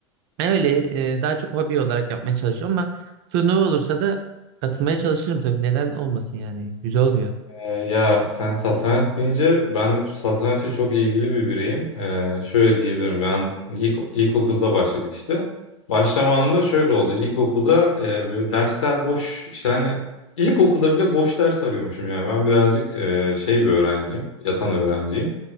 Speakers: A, on the right; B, on the left.
A: ben öyle e, daha çok hobi olarak yapmaya çalışıyorum ama turnuva olursa da katılmaya çalışırım tabii. Neden olmasın yani. Güzel oluyor.
B: Ee, ya sen satranç deyince ben de satrançla çok ilgili bir bireyim. Ee, şöyle diyebilirim ben ilk, ilkokulda başladık işte. Başlama anında şöyle oldu. İlkokulda e, böyle dersler boş işte hani ilkokulda bile boş ders arıyormuşum yani. Ben birazcık e, şey bir öğrenciyim. Yatan öğrenciyim.